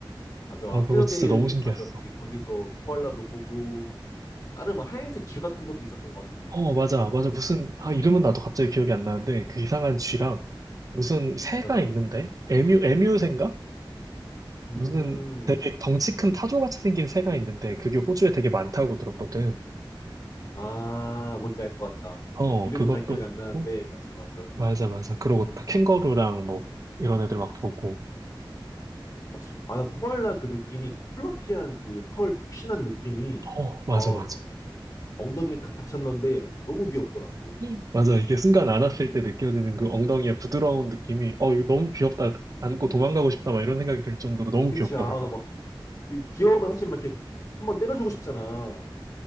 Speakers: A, on the left; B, on the right.
A: 맞아.
B: 아, 그거
A: 페더데일,
B: 진짜 너무 신기했어.
A: 맞아. 거기, 거기서 코알라도 보고, 다른 뭐 하얀색 줄 같은 것도 있었던 것 같은데.
B: 어, 맞아, 맞아. 무슨,
A: 음,
B: 아, 이름은 나도 갑자기 기억이 안 나는데, 그 이상한 쥐랑, 무슨 새가
A: 맞아.
B: 있는데? 에뮤, 에뮤새인가?
A: 음,
B: 무슨 되게 덩치 큰 타조같이 생긴 새가 있는데, 그게 호주에 되게 많다고 들었거든.
A: 아, 뭔지 알 것 같다.
B: 어,
A: 이름은
B: 그것도
A: 잘 기억이 안 나는데,
B: 보고,
A: 맞아, 맞아.
B: 맞아, 맞아. 그러고 다
A: 음,
B: 캥거루랑 뭐, 이런 애들 막 보고,
A: 맞아. 아, 난 코알라 그 느낌이, 그 플러피한 그 털 푹신한 느낌이,
B: 어, 맞아,
A: 아우,
B: 맞아.
A: 엉덩이에 딱 받쳤는데, 너무 귀엽더라고.
B: 예. 맞아. 이게 순간 안았을 때 느껴지는 그 엉덩이의 부드러운 느낌이, 어, 이거 너무 귀엽다. 안고 도망가고 싶다. 막 이런 생각이 들 정도로 너무
A: 그치,
B: 귀엽더라고.
A: 아, 나 막, 이 귀여우면 사실 막 이렇게 한 번 때려주고 싶잖아.